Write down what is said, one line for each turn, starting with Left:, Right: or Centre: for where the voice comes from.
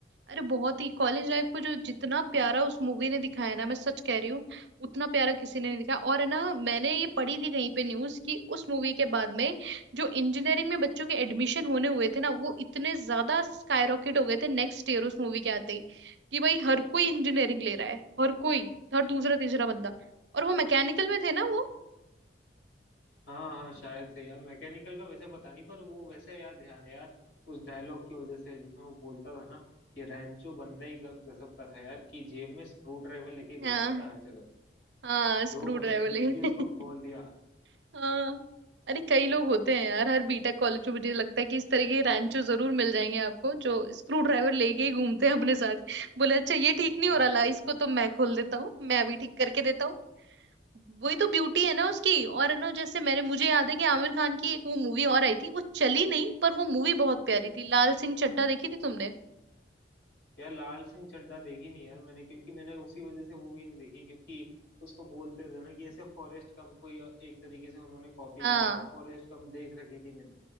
Right: अरे बहुत ही कॉलेज लाइफ को जो जितना प्यारा उस मूवी ने दिखाया ना मैं सच कह रही हूँ उतना प्यारा किसी ने नहीं दिखाया और है ना मैंने ये पढ़ी थी कहीं पे न्यूज़ कि उस मूवी के बाद में जो इंजीनियरिंग में बच्चों के एडमिशन होने हुए थे ना वो इतने ज्यादा स्काईरॉकेट हो गए थे नेक्स्ट ईयर उस मूवी के आते ही कि भाई हर कोई इंजीनियरिंग ले रहा है हर कोई हर दूसरा तीसरा बंदा और वो मैकेनिकल में थे ना वो
Left: हाँ हाँ शायद से यार मैकेनिकल का वैसे पता नहीं पर वो वैसे यार ध्यान है यार उस डायलॉग की वजह से जिसमें वो बोलता था ना कि रैंचो बंदा ही ग- गजब का था यार कि जेब में स्क्रू ड्राइवर लेके घूमता
Right: हाँ
Left: था हर जगह
Right: हाँ स्क्रू
Left: जो मशीन
Right: ड्राइवर लगे
Left: देखी उसको
Right: <laughs>
Left: खोल दिया
Right: हाँ अरे कई लोग होते हैं यार हर बीटेक कॉलेज में मुझे लगता है कि इस तरह के रैंचो जरूर मिल जाएंगे आपको जो स्क्रू ड्राइवर लेके ही घूमते हैं अपने साथ बोले अच्छा ये ठीक नहीं
Left: बिल्कुल
Right: हो रहा ला इसको तो मैं खोल देता हूँ मैं अभी ठीक करके देता हूँ वही तो ब्यूटी है ना उसकी और है ना जैसे मैंने मुझे याद है कि आमिर खान की एक वो मूवी और आई थी वो चली नहीं पर वो मूवी बहुत प्यारी थी लाल सिंह चड्ढा देखी थी तुमने
Left: यार लाल सिंह चड्ढा देखी नहीं यार मैंने क्योंकि मैंने उसी वजह से वो भी नहीं देखी क्योंकि उसको बोलते थे ना कि ऐसे फॉरेस्ट गम को ही एक तरीके से उन्होंने कॉपी
Right: हाँ
Left: किया है और फॉरेस्ट गम देख रखी थी मैंने